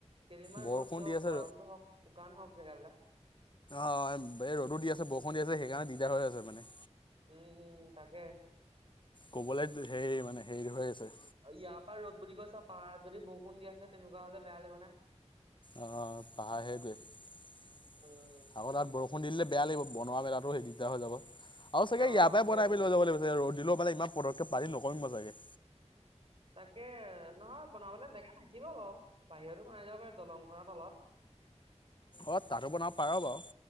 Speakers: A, on the right; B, on the left.
A: কেইদিনমান
B: বৰষুণ
A: ৰ'দ দিয়ক
B: দি আছে
A: গৰমটো হওক শুকান হওক জেগাবিলাক।
B: অ', এই ৰদো দি আছে বৰষুণ দি আছে সেইকাৰণে দিগদাৰ হৈ আছে মানে।
A: উম, উম তাকে।
B: ক'বলৈ হেৰি মানে, হেৰি হৈ আছে।
A: ইয়াৰ পৰা ৰ'দ বুলি কৈছ পাহাৰত যদি বৰষুণ দি আছে তেনেকুৱা হলে বেয়া লাগিব না।
B: অ' পাহাৰ সেইটোৱে আগত
A: উম
B: তাত বৰষুণ বৰসোন দিলে বেয়া লাগিব বনোৱা মেলাাতো সেই দিগদাৰ হৈ যাব আৰু চাগে
A: অ
B: ইয়াতে
A: সেইটোৱে
B: বনাই আমি লৈ যাব লাগিব ৰদ দিলে ইমান পদকেপ পালি নকৰিম মই ছাগে।
A: তাকে নহয় বনাবলে জেগা ঠাকিব বাৰু বাহিৰতো <unintelligible> যাব দলংখনত তলত।
B: অ' তাতো বনাব পাৰ বাৰু